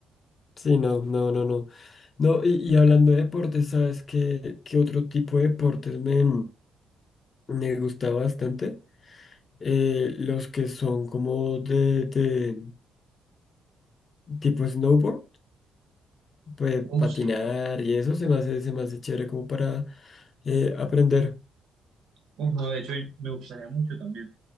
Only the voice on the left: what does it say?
Sí, no, no, no, no. No, y, y hablando de deportes, ¿sabes qué, qué otro tipo de deportes me, me gusta bastante? Eh, los que son como de, de tipo snowboard, pues
patinar
y eso se me hace, se me hace chévere como para eh, aprender.